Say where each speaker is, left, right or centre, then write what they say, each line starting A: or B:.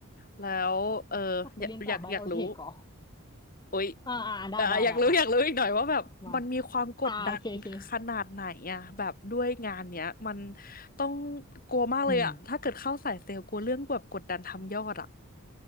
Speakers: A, on the left; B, on the left.
A: แล้วเอออยากอยากอยากรู้
B: อยากไปเรียนต่อไบโอเทคก่อ
A: อุ๊ย
B: อ่าอ่าได้ได้ได้อ่ะ
A: อ่ะอยากรู้อยากรู้อีกหน่อยว่าแบบมันมีความกดดันขนาดไหนอะแบบด้วยงานเนี้ยมัน
B: มาอ่าโอเคโอเค
A: ต้องกลัวมากเลยอะถ้าเกิดเข้าสายเซลล์กลัวเรื่องแบบกดดันทำยอดอะ
B: อืม